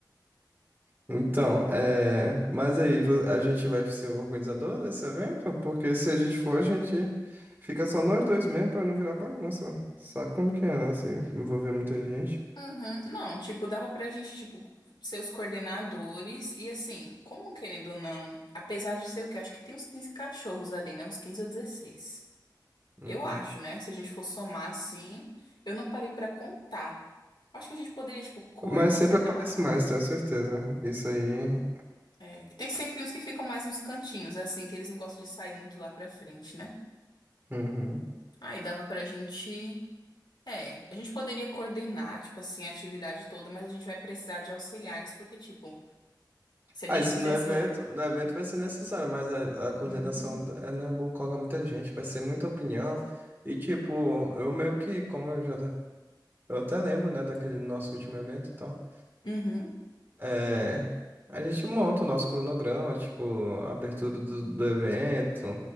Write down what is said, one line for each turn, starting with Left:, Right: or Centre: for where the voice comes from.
Right: Então, é... Mas aí, vo- a gente vai ser o organizador desse evento? Porque se a gente for, a gente fica só nós dois mesmo pra não virar bagunça. Sabe como que é, né? Se envolver muita gente.
Left: Uhum. Não, tipo, dava pra gente, tipo, ser os coordenadores e assim, como querendo ou não, apesar de ser o que acho que tem uns 15 cachorros ali, né? Uns 15 ou 16.
Right: Uhum.
Left: Eu acho, né? Se a gente for somar assim, eu não parei pra contar. Acho que a gente poderia, tipo, coordenar,
Right: Mas sempre aparece mais, tenho certeza. Isso aí.
Left: É, que tem sempre uns que ficam mais nos cantinhos, é assim, que eles não gostam de sair muito lá pra frente, né?
Right: Uhum.
Left: Aí dava pra gente. É, a gente poderia coordenar, tipo assim, a atividade toda, mas a gente vai precisar de auxiliares, porque, tipo, se a gente
Right: Ah, e se
Left: fizesse.
Right: no evento, no evento vai ser necessário,
Left: É.
Right: mas a, a coordenação
Left: Uhum,
Right: d- é- não é bom colocar muita gente, vai ser muita opinião. E tipo, eu meio que, como eu já. Eu até lembro, né, daquele nosso último evento e tal.
Left: uhum,
Right: É, a gente monta o nosso cronograma, tipo, a abertura do, do evento,